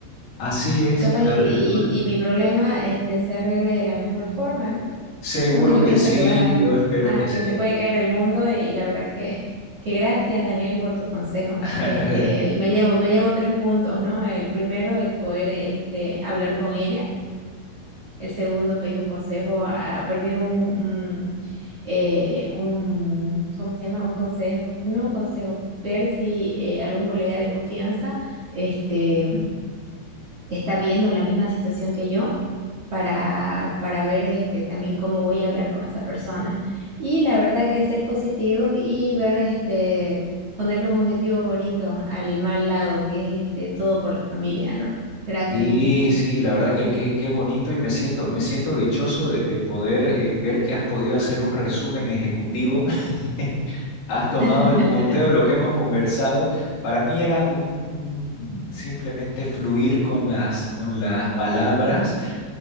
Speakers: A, on the left; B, on the right.
A: Así es
B: Capaz
A: la
B: y,
A: apertura.
B: y- y mi problema este, se arregle de la mejor forma, ¿no?
A: Seguro
B: Uno que
A: que
B: piensa
A: sí,
B: que va a,
A: yo espero que
B: a
A: sí.
B: que se puede caer el mundo y la verdad que, que gracias, Daniel, por tu consejo.
A: <laughs>
B: Este, me llevo, me llevo tres puntos, ¿no? El primero, el poder este, hablar con ella. El segundo, pedir un consejo, a, a pedir un, un, eh, un- ¿cómo se llama? Un consejo, no un consejo, ver si eh, algún colega de confianza este, está viendo la misma situación que yo para, para ver este, también cómo voy a hablar con esa persona. Y la verdad que ser positivos y ver, este, ponerle un objetivo bonito al mal lado, que es este, todo por la familia, ¿no? Gracias.
A: Sí, sí, la verdad que que- qué bonito y me siento, me siento dichoso de, de poder eh, ver que has podido hacer un resumen ejecutivo. <laughs> Has tomado
B: <laughs>
A: el punteo de lo que hemos conversado. Para mí era un, un simplemente fluir con las, con las palabras